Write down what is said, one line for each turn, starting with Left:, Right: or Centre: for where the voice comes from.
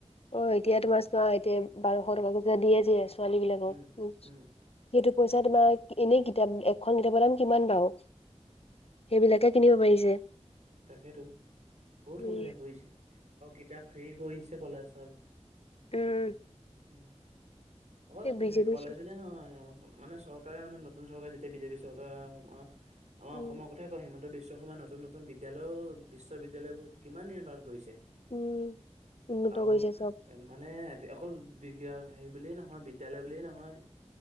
Left: অ' এতিয়া তোমাৰা এতিয়া বাৰশ টকা কে দিয়ে যে আছে। ছোৱালীবিলাকক।
Right: উম
Left: সেইটোত
Right: উম
Left: পইচা তোমাৰ, এনেই কিতাপ এখন কিতাপৰ দাম কিমান বাৰু? সেইবিলাকে কিনিব পাৰিছে।
Right: তাকেতো বহুত
Left: উম,
Right: সুবিধা কৰি দিছে। আৰু কিতাপ ফ্ৰী কৰি দিছে কলেজৰ।
Left: উম।
Right: হু, অকল
Left: এই বিজেপিৰ
Right: হেৰি কলেজলে
Left: চব
Right: নহয় আমাৰ মানে চৰকাৰে মানে নতুন চৰকাৰ যেতিয়া বিজেপি চৰকাৰ আম-আমাৰ
Left: উম,
Right: অসমৰ কথাই কয়। হিমন্ত বিশ্ব ৰাজ্যসভাৰ নতুন নতুন বিদ্যালয় বিশ্ববিদ্যালয়বোৰ কিমান নিৰ্বাৰণ কৰিছে।
Left: উম, উন্নত
Right: আৰু
Left: কৰিছে চব
Right: এ, মানে অকল বিগ হেৰি বুলিয়ে নহয় বিদ্যালয় বুলিয়ে নহয়।